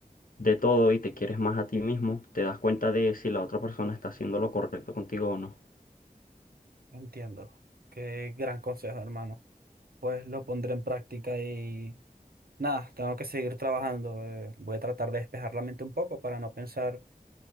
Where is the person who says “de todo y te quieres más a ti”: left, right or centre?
Left